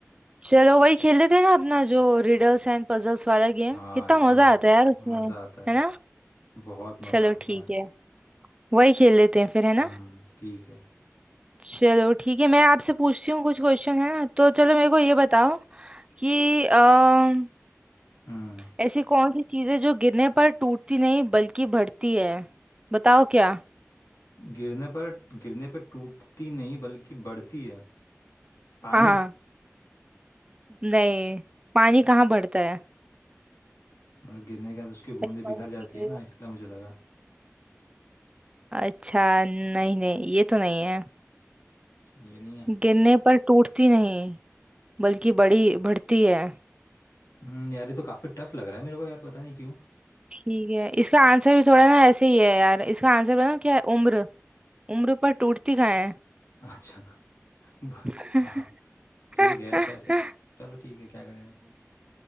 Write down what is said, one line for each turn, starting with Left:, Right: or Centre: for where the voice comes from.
Right: चलो वही खेल लेते हैं ना अपना जो रिडल्स एंड पजल्स वाला गेम
Left: हाँ
Right: कितना
Left: यार
Right: मजा
Left: ओ
Right: आता है यार उसमें
Left: मज़ा आता है
Right: है ना
Left: बहुत मज़ा
Right: चलो
Left: आता
Right: ठीक
Left: है
Right: है वही खेल लेते हैं फिर है
Left: हम्म
Right: ना
Left: ठीक है
Right: चलो ठीक है मैं आपसे पूछती हूँ कुछ क्वेश्चन है ना तो चलो मेरे को ये बताओ कि अम,
Left: हम्म
Right: ऐसी कौन सी चीज़ है जो गिरने पर टूटती नहीं बल्कि बढ़ती है बताओ क्या
Left: गिरने पर गिरने पर टूटती नहीं बल्कि बढ़ती है पानी
Right: हाँ नहीं पानी कहाँ बढ़ता है
Left: मतलब गिरने के बाद उसकी बूंदें
Right: ऐसी
Left: बिखर
Right: कौन सी
Left: जाती
Right: चीज़
Left: है
Right: है जो-
Left: ना इसलिए मुझे लगा
Right: अच्छा नहीं नहीं ये तो नहीं है
Left: अच्छा ये नहीं है
Right: गिरने पर टूटती नहीं बल्कि बड़ी बढ़ती है
Left: हम्म यार ये तो काफी टफ लग रहा है मेरे को यार पता नहीं क्यों
Right: ठीक है इसका आंसर भी थोड़ा ना ऐसे ही है यार इसका आंसर बताओ क्या है उम्र उम्र पर टूटती कहाँ है
Left: <laughs> अच्छा ब-
Right: <laughs>
Left: हाँ ठीक
Right: <laughs>
Left: है कह सक
Right: हाँ,
Left: चलो ठीक है क्या करें अब